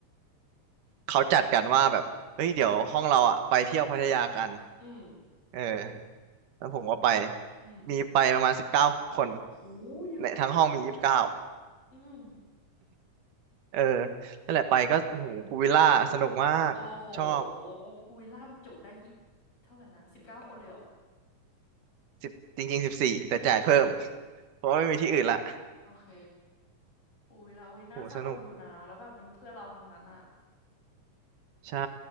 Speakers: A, on the right; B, on the left.
A: เขาจัดกันว่าแบบเฮ้ยเดี๋ยวห้องเราอ่ะไปเที่ยวพัทยากัน
B: อืม
A: เออแล้วผมก็ไป
B: อืม
A: มีไปประมาณสิบเก้าคน
B: โหเยอะมาก
A: ในทั้งห้องมียี่สิบเก้า
B: อืม
A: เออนั่นแหละไปก็โอ้โหพูลวิลล่าสนุกมากชอบ
B: โอ้โหพูวิลล่ามันจุได้ยี่เท่าไหร่นะสิบเก้าคนเลยเหรอ
A: สิบจริงๆสิบสี่แต่จ่ายเพิ่มเพราะว่าไม่มีที่อื่นละ
B: โอเค อุ้ยแล้วอุ้ยน่าสนุกอยู่นะแล้วแบบมันเพื่อนเราทางนั้นอะ
A: โหสนุกใช่